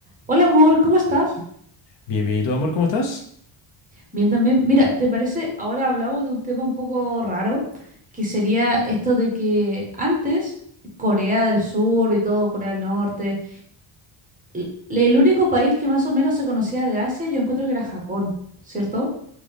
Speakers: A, on the right; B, on the left.
A: Hola amor, ¿cómo estás?
B: Bienvenido, amor, ¿cómo estás?
A: Bien también. Mira, ¿te parece? Ahora hablamos de un tema un poco raro, que sería esto de que antes Corea del Sur y todo, Corea del Norte, l- el único país que más o menos se conocía de Asia, yo encuentro que era Japón, ¿cierto?